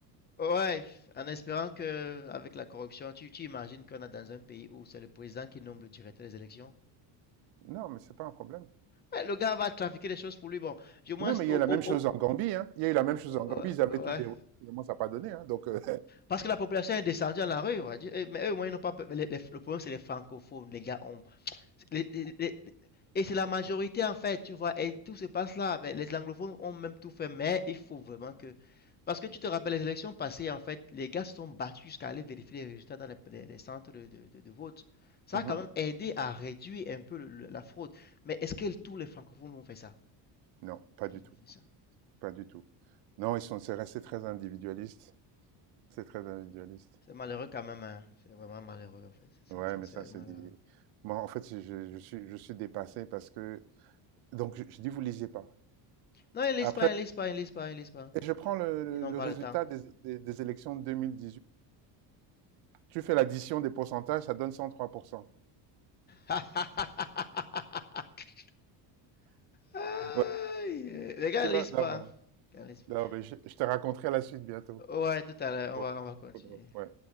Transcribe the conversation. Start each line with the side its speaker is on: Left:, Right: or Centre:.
Left: Ouais, en espérant que, avec la corruption, tu, tu imagines qu'on est dans un pays où c'est le président qui nomme le directeur des élections.
Right: Non, mais c'est pas un problème.
Left: Ouais, le gars va trafiquer des choses pour lui. Bon, du moins,
Right: Non, mais
Left: oh,
Right: il y a eu la
Left: oh,
Right: même chose
Left: oh,
Right: en Gambie, hein. Il y a eu la même chose en Gambie,
Left: euh,
Right: ils avaient
Left: ouais.
Right: tout verrouillé, finalement ça n'a pas donné, hein. Donc euh,
Left: Parce que la population est descendue à la rue. on va Eh, Mais eux, au moins, ils n'ont pas peur. Mais les- les- le problème, c'est les francophones. Les gars ont les- les- les- et c'est la majorité en fait, tu vois, et tout se passe là. Mais les anglophones ont même tout fait, mais il faut vraiment que. Parce que tu te rappelles, les élections passées, en fait, les gars se sont battus jusqu'à aller vérifier les résultats dans les, les- les centres de, de- de- de vote. Ça
Right: <laughs> mhm.
Left: a quand Ouais. même aidé à réduire un peu le- le- la fraude. Mais est-ce que tous les francophones ont fait ça?
Right: Non, pas
Left: Est-ce qu'ils
Right: du tout,
Left: ont fait ça?
Right: pas du tout. Non, ils sont c'est resté très individualiste, c'est très individualiste.
Left: C'est malheureux quand même, hein. C'est vraiment malheureux, en fait. C'est
Right: Ouais,
Left: c'est-
Right: mais
Left: c'est
Right: ça, c'est
Left: malheureux.
Right: des... Moi, en fait, je, je suis, je suis dépassé parce que... Donc, je, je dis, vous lisez pas.
Left: Non, ils lisent
Right: Après,
Left: pas, ils lisent pas, ils lisent pas, ils lisent pas.
Right: je prends le, le-
Left: Ils n'ont
Right: le
Left: pas
Right: résultat
Left: le temps.
Right: des, des- des élections de huit Tu fais l'addition des pourcentages, ça donne 103%.
Left: <laughs> Aïe!
Right: Ouais,
Left: Les gars,
Right: tu
Left: lise
Right: vois? Non,
Left: pas.
Right: voilà.
Left: Les gars, lise pas.
Right: Non, mais je, je te raconterai la suite bientôt.
Left: Ouais, tout à l'heure,
Right: Ouais,
Left: on va, on va continuer.
Right: ouais. ouais.